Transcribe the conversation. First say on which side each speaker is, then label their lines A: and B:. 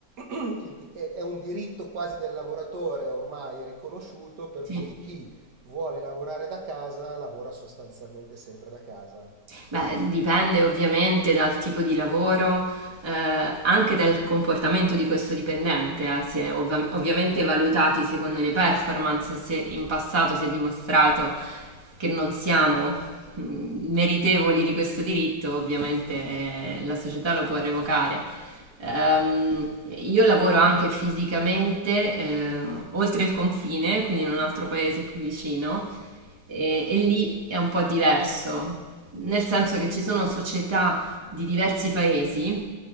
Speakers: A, on the right; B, on the right.
A: il- è è un diritto quasi del lavoratore ormai riconosciuto, per
B: Sì.
A: cui chi vuole lavorare da casa lavora sostanzialmente sempre da casa.
B: Beh, dipende ovviamente dal tipo di lavoro, eh, anche dal comportamento di questo dipendente. eh. Si è ovva- ovviamente valutati secondo le performance, se in passato si è dimostrato che non siamo mm, meritevoli di questo diritto, ovviamente eh, la società lo può revocare. Ehm, io lavoro anche fisicamente eh, oltre il confine, quindi in un altro paese qui vicino, e, e lì è un po' diverso, nel senso che ci sono società di diversi paesi